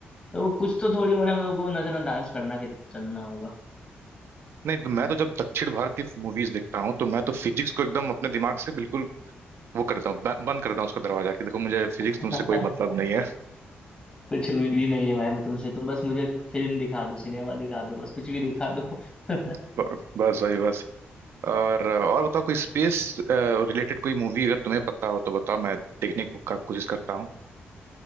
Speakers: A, on the left (about 25°); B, on the right (about 75°).
A: तो वो कुछ तो थोड़ी मोड़ी हम लोग को नजरअंदाज करना के चलना होगा
B: नहीं तो मैं तो जब दक्षिण भारत की मूवीज देखता हूँ तो मैं तो फिजिक्स को एकदम अपने दिमाग से बिल्कुल वो करता हूँ ब- बंद करता हूँ उसका दरवाजा कि देखो मुझे फिजिक्स
A: <laughs>
B: तुमसे कोई मतलब नहीं है
A: कुछ उम्मीद ही नहीं है मैम तुमसे तुम बस मुझे फिल्म दिखा दो सिनेमा दिखा दो बस कुछ भी दिखा दो
B: <laughs>
A: <laughs>
B: ब- बस भाई बस और और बताओ कोई स्पेस रिलेटेड कोई मूवी अगर तुम्हें पता हो तो बताओ मैं देखने को- का कोशिश करता हूँ